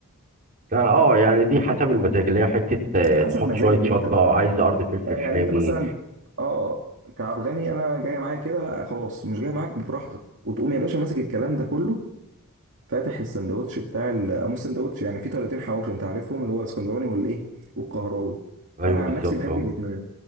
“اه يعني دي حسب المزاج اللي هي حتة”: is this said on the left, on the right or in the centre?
Right